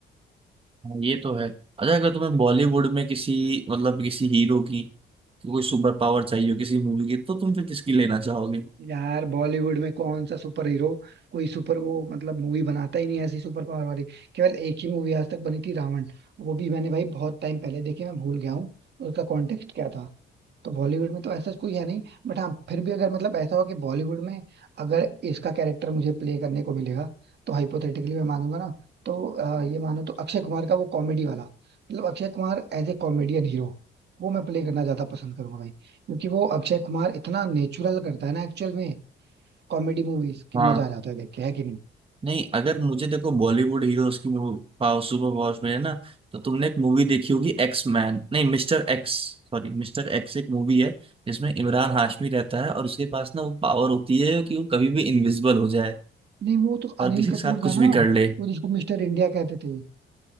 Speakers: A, on the right; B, on the right.
A: हाँ, ये तो है अच्छा अगर तुम्हें बॉलीवुड में किसी मतलब किसी हीरो की कोई सुपर पावर चाहिए हो किसी मूवी की तो तुम फिर किसकी लेना चाहोगे
B: यार बॉलीवुड में कौन सा सुपर हीरो कोई सुपर वो मतलब मूवी बनाता ही नहीं है ऐसी सुपर पावर वाली केवल एक ही मूवी आज तक बनी थी रावण वो भी मैंने भाई बहुत टाइम पहले देखी मैं भूल गया हूँ उसका कॉन्टेक्स्ट क्या था तो बॉलीवुड में तो ऐसा कोई है नहीं बट हाँ फिर भी अगर मतलब ऐसा हो कि बॉलीवुड में अगर इसका कैरेक्टर मुझे प्ले करने को मिलेगा तो हाइपोथेटिकली मैं मानूंगा ना तो अ, ये मानो तो अक्षय कुमार का वो कॉमेडी वाला मतलब Akshay Kumar as a comedian hero वो मैं प्ले करना ज्यादा पसंद करूंगा भाई क्योंकि वो अक्षय कुमार इतना नेचुरल करता है ना एक्चुअल में कॉमेडी मूवीज की
A: हाँ
B: मजा आ जाता है देख के है कि नहीं
A: नहीं अगर मुझे देखो बॉलीवुड हीरोज की मूवी पावर सुपर पावर्स में है ना तो तुमने एक मूवी देखी होगी एक्स मैन नहीं mister X sorry mister X एक मूवी है जिसमें इमरान हाशमी रहता है और उसके पास ना वो पावर होती है कि वो कभी भी इनविजिबल हो जाए
B: नहीं वो तो
A: और
B: अनिल
A: किसी के
B: कपूर
A: साथ कुछ
B: था ना
A: भी कर ले
B: वो जिसको मिस्टर इंडिया कहते थे